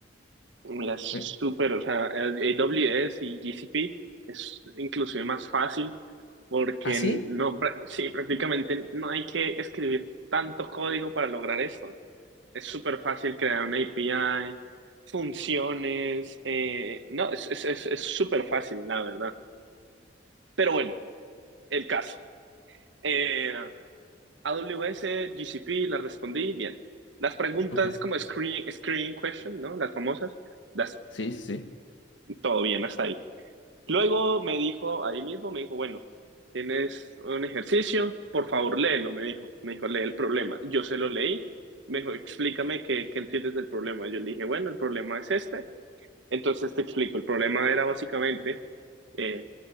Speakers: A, on the right; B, on the left.
A: Mira, es
B: Me-
A: súper, o sea, el AWS y GCP es inclusive más fácil porque
B: ¿Ah, sí?
A: no, prá- sí, prácticamente no hay que escribir tanto código para lograr esto. Es súper fácil crear una API, funciones, eh, no, es, es, es, es súper fácil, la verdad. Pero bueno, el caso. Eh, AWS, GCP, las respondí bien. Las preguntas
B: Ok.
A: como screen, screening question, ¿no? Las famosas, las,
B: Sí, sí.
A: todo bien hasta ahí. Luego me dijo, ahí mismo me dijo, bueno, tienes un ejercicio, por favor léelo, me dijo. Me dijo, lee el problema. Yo se lo leí, me dijo, explícame qué, qué entiendes del problema. Yo le dije, bueno, el problema es este. Entonces te explico, el problema era básicamente eh,